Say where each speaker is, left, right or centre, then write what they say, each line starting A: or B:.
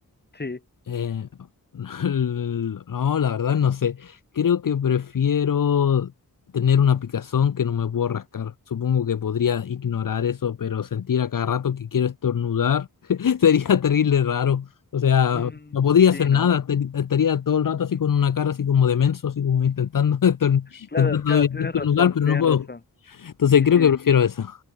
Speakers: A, on the left; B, on the left.
A: sí,
B: Eh, <laughs> no, la verdad no sé. Creo que prefiero tener una picazón que no me puedo rascar. Supongo que podría ignorar eso, pero sentir a cada rato que quiero estornudar <laughs> sería terrible raro. O sea,
A: Mm,
B: no podría
A: sí,
B: hacer
A: ¿no?
B: nada. te- Estaría todo el rato así con una cara así como de menso, así como intentando <laughs> estorn- intentando
A: Claro, claro, tienes
B: estornudar,
A: razón,
B: pero
A: tienes
B: no puedo.
A: razón.
B: Entonces
A: Sí,
B: creo
A: sí,
B: que prefiero eso.